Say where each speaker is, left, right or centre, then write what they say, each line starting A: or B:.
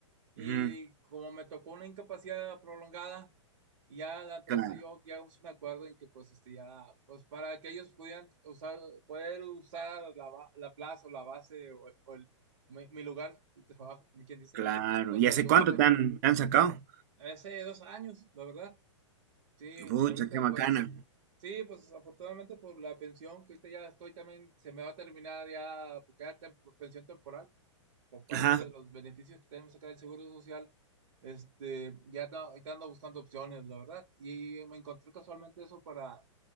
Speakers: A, on the right; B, on the right.
A: Y
B: ujú,
A: como me tocó una incapacidad prolongada, y ya la empresa
B: Claro,
A: y yo llegamos a un acuerdo en que pues este, ya, pues para que ellos pudieran usar, poder usar la, ba- la plaza o la base o, o el- mi, mi lugar de trabajo, como quien dice,
B: claro.
A: pues
B: ¿Y
A: se
B: hace
A: tuvo
B: cuánto te
A: que,
B: han, te han sacado?
A: hace dos años, la verdad. Sí,
B: Pucha,
A: ahorita
B: qué macana.
A: pues, sí, pues afortunadamente por la pensión, que ahorita ya estoy también, se me va a terminar ya, porque era tem- pensión temporal, por parte
B: Ajá,
A: de los beneficios que tenemos acá del Seguro Social, este, ya ando- ahorita ando buscando opciones, la verdad, y me encontré casualmente eso para